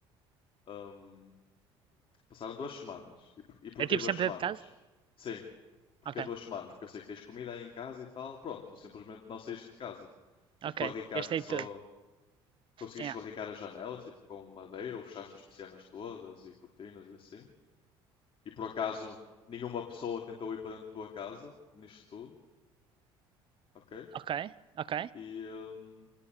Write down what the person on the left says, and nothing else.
Um, passaram duas semanas. E, por, e porquê
duas
semanas?
Sim, porquê
duas semanas? Porque eu sei que tens comida aí em casa e tal. Pronto, tu simplesmente não saíste de casa. Tipo,
barricaste
só
Conseguiste
barricar as janelas, tipo, com madeira, ou fechaste as persianas todas e cortinas e assim? E por acaso nenhuma pessoa tentou ir para dentro da tua casa, nisto tudo, ok?
E, hum,